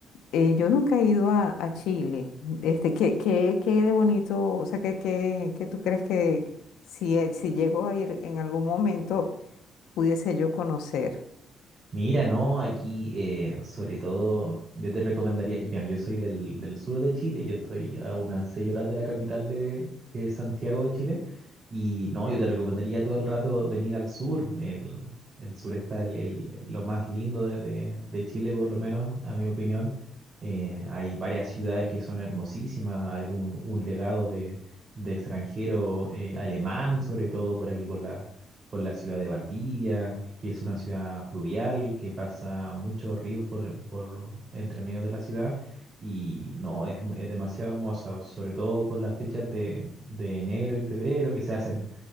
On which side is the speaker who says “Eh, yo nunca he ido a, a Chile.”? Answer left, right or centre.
Left